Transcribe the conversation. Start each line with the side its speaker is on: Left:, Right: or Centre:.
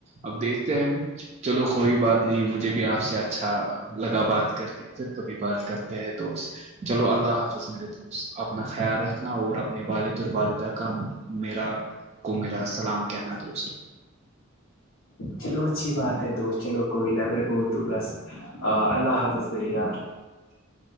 Right: اب دیکھتے ہیں ہم چلو کوئی بات نہیں مجھے بھی آپ سے اچھا لگا بات کر کے پھر کبھی بات کرتے ہیں دوست چلو اللہ حافظ میرے دوست اپنا خیال رکھنا اور اپنے والد اور والدہ کام میرا کو میرا سلام کہنا دوست
Left: چلو اچھی بات ہے دوست چلو کوئی نہا میں بول دوں بس آ اللہ حافظ بری یار
Right: <inaudible>